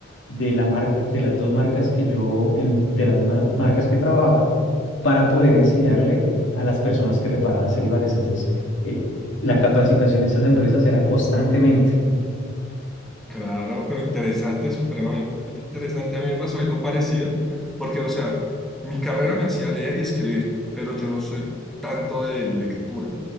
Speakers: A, on the left; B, in the centre.
A: de la marca, de las dos marcas que yo, en, de las ma- marcas que trabajaba, para poder enseñarle a las personas que reparaban celulares. Entonces, eh, la capacitación de esas empresas era constantemente.
B: Claro, pero interesante, supremamente interesante. A mí me pasó algo parecido, porque, o sea, mi carrera me hacía leer y escribir, pero yo no soy tanto de lectura.